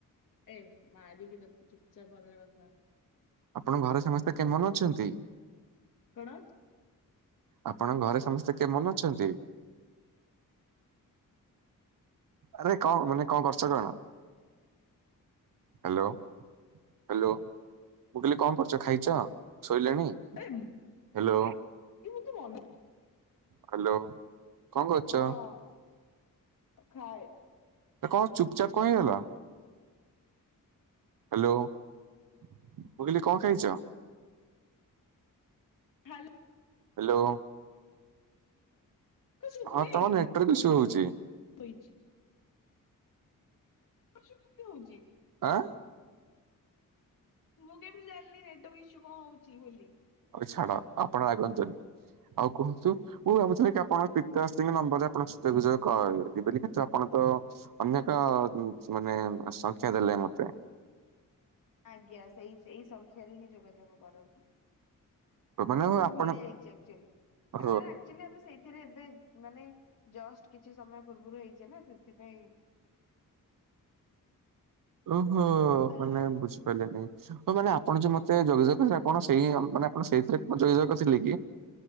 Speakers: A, on the left; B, on the right.
A: ଏ ମାରିବି ତତେ ଚୁପଚାପ ଭଲରେ କଥା ହ।
B: ଆପଣ ଘରେ ସମସ୍ତେ କେମନ ଅଛନ୍ତି?
A: କଣ?
B: ଆପଣଙ୍କ ଘରେ ସମସ୍ତେ କେମନ ଅଛନ୍ତି? ଆରେ କଣ ମାନେ କଣ କରୁଚ କଣ? Hello hello. ମୁଁ କଇଲି କଣ କରୁଚ? ଖାଇଚ ଶୋଇଲଣି
A: ଏ
B: ହାଲୋ ।
A: <unintelligible>
B: ହାଲୋ କଣ କରୁଚ?
A: ହଁ ଖାଏ
B: କଣ ଚୁପଚାପ୍ କଣ ହେଇଗଲ। ହାଲୋ ମୁଁ କଇଲି କଣ ଖାଇଚ?
A: Hello
B: hello.
A: କଣ ଶୁଭୁନି
B: ହଁ ତମର ନେଟୱର୍କ ଇସୁ ହଉଚି।
A: ଶୋଇଛି <unintelligible> କେମିତି ହଉଚି?
B: ଆଁ
A: ମୁଁ କେମିତି ଜାଣିଲି ନେଟୱର୍କ ଇସୁ କଣ ହଉଚି ବୋଲି।
B: ଛାଡ ଆପଣ ରାଗନ୍ତୁନି। ଆଉ କୁହନ୍ତୁ ମୁଁ ଭାବୁଥିଲି କି ଆପଣ ପିତାରାସୀଙ୍କ ନମ୍ବରରେ ଆପଣ ଯୋଗାଯୋଗ କରିବେ କିନ୍ତୁ ଆପଣ ତ ଅନେକ ମାନେ ସଂଖ୍ୟା ଦେଲେ ମତେ
A: ଆଜ୍ଞା ସେଇ ସେଇ ସଂଖ୍ୟାରେ ହିଁ ଯୋଗାଯୋଗ କରନ୍ତୁ।
B: ମାନେ
A: ମୁଁ
B: ଆପଣ
A: ଭୁଲି ଯାଇଚି ଆକ୍ଚୁଆଲି
B: ଓ
A: ତାର ଆକଚୁଆଲି ଆମେ ସେଇଥିରେ ଏବେ ମାନେ ଜଷ୍ଟ କିଛି ସମୟ ପୂର୍ବରୁ ହେଇଚି ନା ସେଥିପାଇଁ।
B: ଓହୋ
A: ହ୍ୟାଲୋ।
B: ମାନେ ବୁଝିପାରିଲେନି। ହଁ ମାନେ ଆପଣ ଯୋଉ ମତେ ଯୋଗାଯୋଗ କରିଥିଲେ ଆପଣ ସେଇ ମାନେ ଆପଣ ସେଇଥିରେ ଯୋଗାଯୋଗ କରିଥିଲେ କି?